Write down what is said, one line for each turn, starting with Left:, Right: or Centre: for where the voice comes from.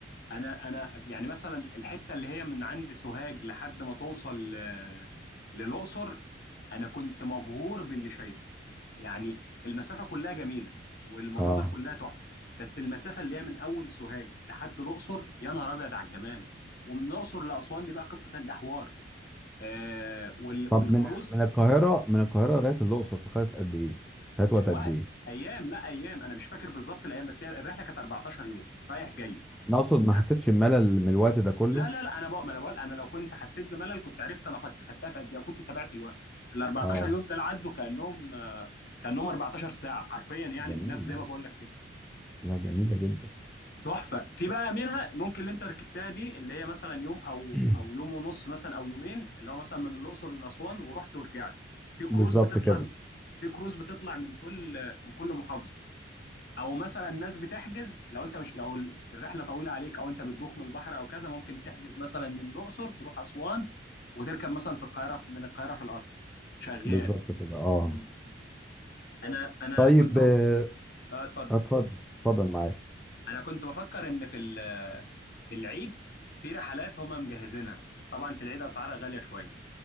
Left: انا انا يعني مثلا الحته اللي هي من عند سوهاج لحد ما توصل آه، للاقصر انا كنت مبهور باللي شايفه يعني المسافه كلها جميله والمناظر
Centre: اه
Left: كلها تحفه بس المسافه اللي هي من اول سوهاج لحد الاقصر يا نهار ابيض على الجمال ومن الاقصر لاسوان دي بقى قصه تانية ده حوار آه وال والكروز
Centre: طب من من القاهره من القاهره لغايه الاقصر خدت قد ايه خدت وقت
Left: وقت
Centre: قد ايه
Left: ايام لا ايام انا مش فاكر بالظبط الايام بس هي الرحله كانت 14 يوم رايح جاي
Centre: انا اقصد ما حسيتش
Left: يعني
Centre: بملل من الوقت ده كله
Left: لا لا لا انا بقى ما انا بقول انا لو كنت حسيت بملل كنت عرفت انا خدت خدتها في قد ايه وكنت تابعت الوقت ال 14
Centre: اه
Left: يوم دول عدوا كانهم كانهم 14 ساعه حرفيا يعني
Centre: جميلة
Left: بنفس زي ما بقول لك كده
Centre: لا جميلة جدا
Left: تحفه في بقى منها ممكن اللي انت ركبتها دي اللي هي مثلا يوم او
Centre: <clears throat>
Left: او يوم ونص مثلا او يومين اللي هو مثلا من الاقصر لاسوان ورحت ورجعت في كروز
Centre: بالظبط
Left: بتطلع
Centre: كده
Left: في كروز بتطلع من كل من كل محافظه او مثلا ناس بتحجز لو انت مش لو الرحله طويله عليك او انت بتدوخ من البحر او كذا ممكن تحجز مثلا من الاقصر تروح اسوان وتركب مثلا في القاهره من القاهره في القطر شغال
Centre: بالظبط كده اه
Left: مم. انا انا
Centre: طيب
Left: كنت مف...
Centre: آه،
Left: اه اتفضل
Centre: اتفضل اتفضل معاك
Left: انا كنت بفكر ان في ال- في العيد في رحلات هم مجهزينها طبعا في العيد اسعارها غاليه شويه